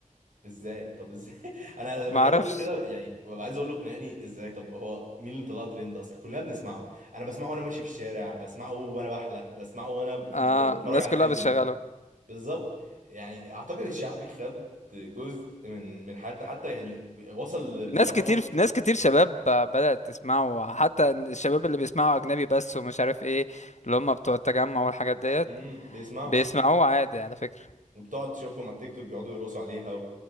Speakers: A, on the right; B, on the left.
A: ازاي طب ازاي <laughs> انا لما
B: ما
A: حد
B: اعرفش
A: بيقول كده يعني ببقى عايز اقول له اقنعني ازاي طب هو مين اللي طلعه ترند اصل كلنا بنسمعه انا بسمعه وانا ماشي في الشارع بسمعه وانا بحلق بسمعه وانا ب-
B: اه
A: ب- بتفرج
B: الناس
A: على
B: كلها
A: فيلم
B: بتشغله
A: بالظبط يعني اعتقد الشعبي خد جزء من من حياتنا حتى يعني وصل ل- لبره
B: ناس كتير
A: مصر
B: ناس كتير شباب بدأت تسمعه حتى الشباب اللي بيسمعوا أجنبي بس ومش عارف ايه اللي هم بتوع التجمع والحاجات ديت
A: امم بيسمعه
B: بيسمعوه عادي على فكرة
A: وبتقعد تشوفهم على التيك توك بيقعدوا يرقصوا عليها